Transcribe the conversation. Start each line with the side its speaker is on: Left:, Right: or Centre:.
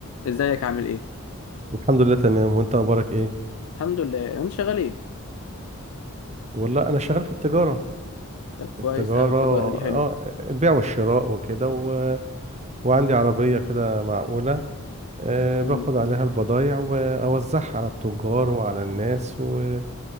Left: ازيك عامل ايه
Right: الحمد لله تمام وانت اخبارك ايه
Left: الحمد لله انت شغال ايه
Right: والله انا شغال في التجاره
Left: طب
Right: التجاره
Left: كويس قوي التجاره دي حلوه
Right: اه البيع والشراء وكده و... وعندي عربيه كده معقوله أه
Left: مم.
Right: باخد عليها البضايع واوزعها على التجار وعلى الناس و...